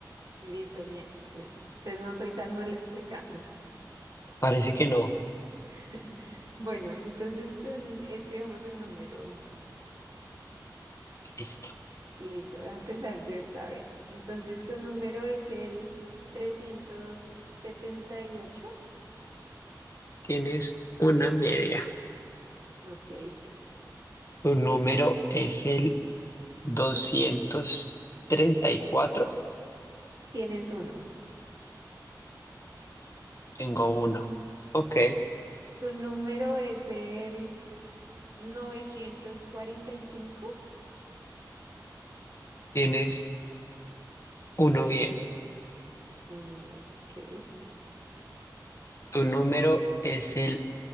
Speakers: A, on the right; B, on the left.
A: Listo, bien, bien. Entonces no soy tan mal explicando.
B: Parece que no.
A: <laughs> Bueno, entonces tú n- escribamos un número.
B: Listo.
A: Listo, voy a empezar yo esta vez. Entonces tu número es el trescientos setenta y ocho
B: Tienes una media.
A: Ok,
B: Tu número es el doscientos treinta y cuatro.
A: tienes uno.
B: Tengo uno. Ok.
A: Tu número es el novecientos cuarenta y cinco
B: Tienes uno bien.
A: Uno, bien, ok.
B: Tu número es el